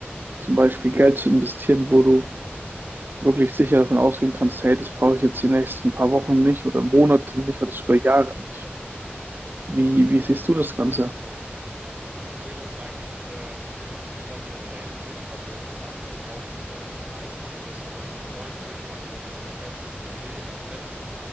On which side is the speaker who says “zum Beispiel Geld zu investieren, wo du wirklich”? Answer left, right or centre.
Right